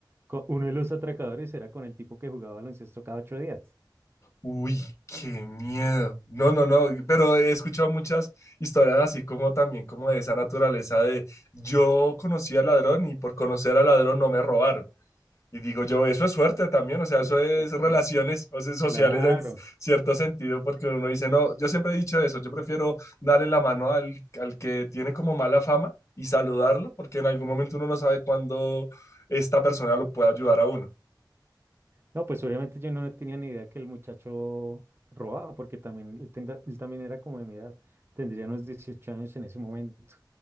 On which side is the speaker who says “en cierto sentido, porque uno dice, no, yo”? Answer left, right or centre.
Left